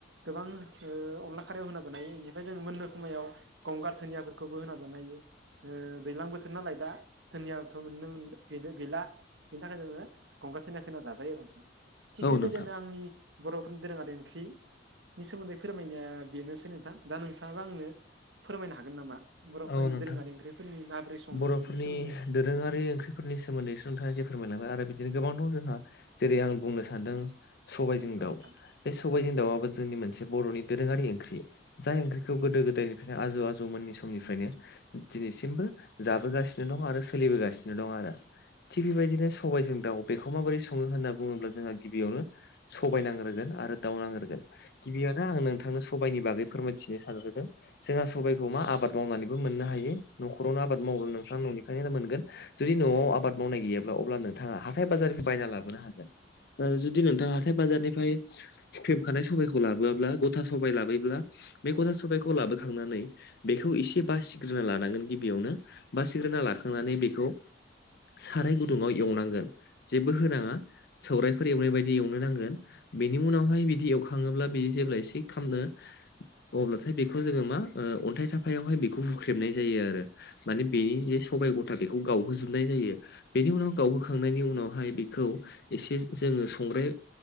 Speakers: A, on the right (about 70°); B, on the left (about 60°).
A: गोबां ओअनला खारायाव होना जानो हायो बेनिफ्राय जों मोननो समायाव गंगार धुनियाफोरखौबो होना जानो हायो। ओ दैज्लां बोथोर नालाय दा धोनियाथ मोननो मोननो गैला। बिनि थाखाय जोङो गंगार धोनदियाखो होना जाजायो आरो नोंथां। थिग
B: औ
A: बेबायदिनो
B: नोंथां
A: आंनि बर'फोरनि दोरोङारि ओंख्रिनि सोमोन्दै फोरमायनाया बेनोसै नोंथां दा नोंथाङाबो आंनो फोरमायनो हागोन नामा। बर'फोरनि
B: औ नोंथां
A: दोरोङारि ओंख्रिफोरनि माबोरै सङो
B: बर'फोरनि
A: बेफोरनि सोमोन्दै।
B: दोरोङारि ओंख्रि फोरनि सोमोन्दै नोंथाङा जे फोरमायलांबाय आरो बिदिनो गोबां दं जोंहा। जेरै आं बुंनो सान्दों सबायाइजों
A: औ
B: दाउ।
A: नोंथां
B: बे सबायजों दावआबो जोंनि मोनसे बर'नि दोरोङारि ओंख्रि। जाय ओंख्रिखौ गोदो गोदायनिफ्रायनो आजौ आजौमोननि समनिफ्रायनो। दिनैसिमबो जाबोगासिनो दं आरो सोलिबोगासिनो दं आरो थिग बेबायदिनो सबबायजों दाउ बेखौ माबोरै सङो होनना बुङोब्ला जोंहा गिबियावनो सबाय नांग्रोगोन आरो दाउ नांग्रोगोन। गिबिआवनो आं नोंथांनो सबाइनि बागै फोरमायथिनो सानग्रोदों जोंहा सबायखौ मा आबाद मावनानै मोननो हायो न'खावनो आबाद मावना नोंथाङा ननि ओंखायनो मोनगोन जुदि न'आव आबाद मावनाय गैयाब्ला अब्ला नोंथाङा हाथाय बाजार बायना लाबोनो हागोन। जुदि नोंथाङा हाथाय बाजारनिफ्राय हुख्रेमखानाय सबायखौ लाबोआब्ला गथा सबाय लाबोयोब्ला बे गथा सबायखौ लाबोखांनानै बेखौ इसे बासिग्रोना लानांगोन गिबियावनो बासिग्रोना लाखांना बेखौ साराय गुदुंङाव एवनांगोन जेबो होनाङा। सौरायफोर एवनाय बायदि एवनो नांगोन। बेनि उनावहाय बिदि एवखाङोब्ला बिदि जेब्ला एसे खामनो अब्लाथाय बेखौ जोङो मा ओ अन्थाइ थाफायावहाय बेखौ हुख्रेबनाय जायो आरो। माने बेनि जे सबाय गथा बेखौ गावहोजोबनाय जायो। बेनि उनाव गावहोखांनायनि उनावहाय बेखौ एसे जोङो संग्राय